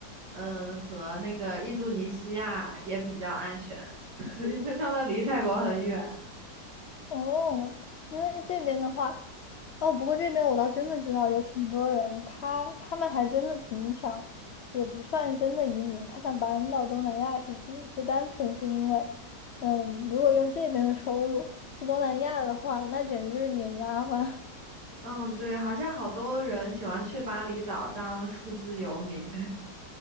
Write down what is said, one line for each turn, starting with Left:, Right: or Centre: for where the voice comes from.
Right: 嗯，和那个印度尼西亚也比较安全，<laughs> 因为他们离泰国很远。
Left: 哦，因为这边的话，哦，不过这边我倒真的知道有挺多人，他他们还真的挺想，也不算真的移民，他想搬到东南亚去住，就单纯是因为，嗯，如果用这边的收入去东南亚的话，那简直就是碾压嘛。<laughs>
Right: 嗯，对，好像好多人喜欢去巴厘岛当数字游民。